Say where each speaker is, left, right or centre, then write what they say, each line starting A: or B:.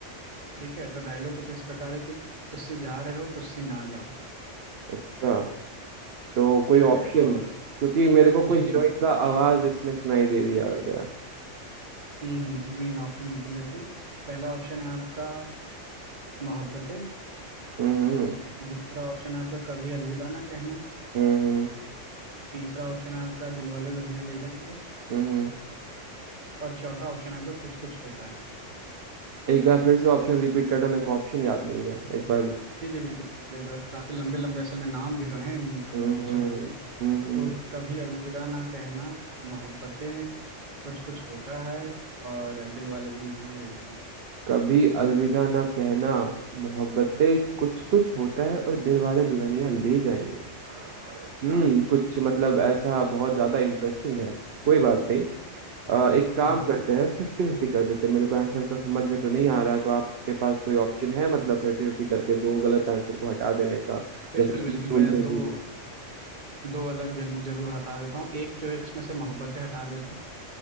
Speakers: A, on the right; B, on the right.
A: ठीक है तो डायलॉग कुछ इस प्रकार है कि तुझसे जा रहे हो तुझसे ना जाओ
B: अच्छा तो कोई
A: ठीक
B: ऑप्शन
A: है और
B: क्योंकि मेरे को
A: जी
B: कोई हीरोइन
A: जी बिल्कुल
B: का आवाज इसमें सुनाई दे दिया गया
A: हम्म हम्म, नहीं ऑप्शन बिल्कुल देते हैं पहला ऑप्शन है आपका अ, मोहब्बतें
B: हम्म हम्म
A: दूसरा ऑप्शन है आपका कभी अलविदा ना कहना
B: हम्म हम्म
A: तीसरा ऑप्शन है आपका दिलवाले दुल्हनिया ले जाएंगे
B: हम्म। हम्म।
A: और चौथा ऑप्शन है आपका कुछ कुछ होता है
B: एक बार फिर से ऑप्शन रिपीट करना मेरे को ऑप्शन याद नहीं है एक बार
A: जी जी बिल्कुल बिल्कुल एक बार काफी लंबे लंबे असल में नाम भी तो हैं इन
B: हम्म
A: इन पिक्चरों
B: हम्म
A: के
B: हम्म
A: तो
B: हम्म।
A: कभी अलविदा ना कहना मोहब्बतें कुछ कुछ होता है और दिलवाले दुल्हनिया ले जाएंगे
B: कभी अलविदा ना कहना मोहब्बतें कुछ कुछ होता है और दिल वाले दुल्हनिया ले जाएंगे हम्म
A: हाँ
B: कुछ मतलब ऐसा बहुत ज्यादा इंटरेस्टिंग है कोई बात नहीं अ, एक काम
A: हम्म हम्म,
B: करते हैं फिफ्टी फिफ्टी कर देते हैं मेरे को आंसर इसका समझ में तो नहीं आ रहा है तो आपके पास कोई ऑप्शन है मतलब फिफ्टी फिफ्टी करके दो गलत आंसर को हटा देने का
A: बिल्कुल
B: जैसा कि
A: बिल्कुल
B: रूल
A: मैं
B: में
A: दो
B: भी है
A: दो अलग जरूर जरूर हटा देता हूँ एक जो है इसमें से मोहब्बतें हटा देते हैं